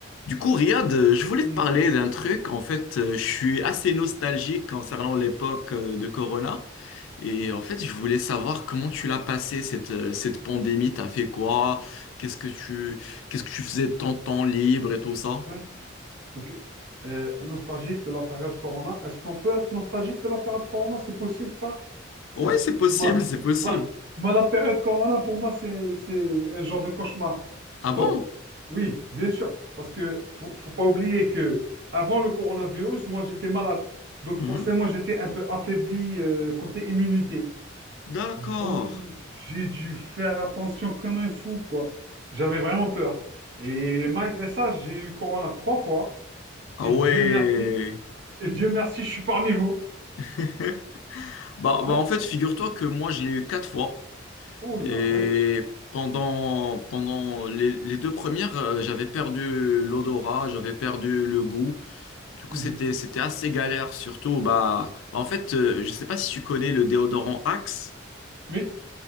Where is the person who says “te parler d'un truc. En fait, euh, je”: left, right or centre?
Left